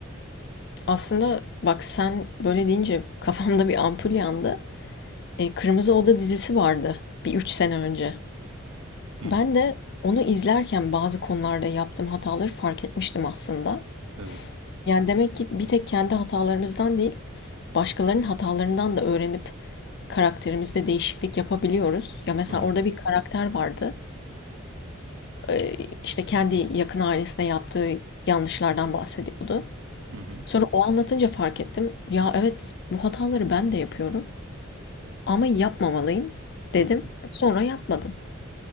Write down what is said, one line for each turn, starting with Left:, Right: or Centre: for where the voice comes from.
Left: Aslında bak sen böyle deyince kafamda bir ampul yandı. Eee, Kırmızı Oda dizisi vardı bir 3 sene önce.
Right: Hı
Left: Ben
Right: hı.
Left: de onu izlerken bazı konularda yaptığım hataları fark etmiştim aslında.
Right: Evet.
Left: Yani demek ki bir tek kendi hatalarımızdan değil, başkalarının hatalarından da öğrenip karakterimizde değişiklik yapabiliyoruz. Ya mesela
Right: Hı hı.
Left: orada bir karakter vardı. Eee, işte kendi yakın ailesine yaptığı yanlışlardan bahsediyordu.
Right: Hı hı.
Left: Sonra o anlatınca fark ettim. Ya evet bu hataları ben de yapıyorum ama yapmamalıyım dedim.
Right: Hı hı.
Left: Sonra yapmadım.